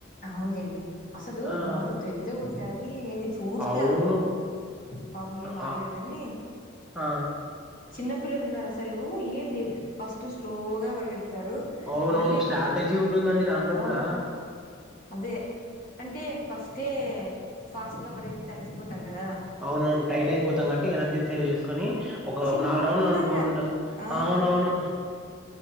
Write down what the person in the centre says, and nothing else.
ఆ
అవును
ఆ
ఆ
అవునవును
స్ట్రాటజీ ఉంటుందండి దాంట్లో
కూడా
అవునవును టైర్డ్ అయిపోతాం కట్టి ఎనర్జీని సేవ్ చేసుకొని ఒక
నాలుగు రౌండ్లు అనుకోండా
అవునవును